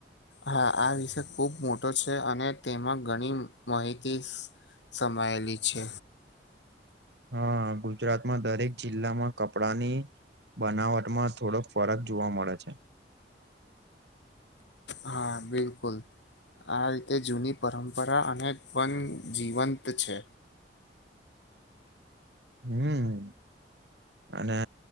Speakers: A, on the left (about 85°); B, on the right (about 75°).
A: હા આ વિષય ખુબ મોટો છે અને તેમાં ઘણી માહિતી સમાયેલી છે.
B: હા ગુજરાતમાં દરેક જિલ્લામાં કપડાની બનાવટમાં થોડોક ફરક જોવા મળે છે.
A: હા બિલકુલ આ રીતે જૂની પરંપરા અને પણ જીવંત છે.
B: હમ્મ અને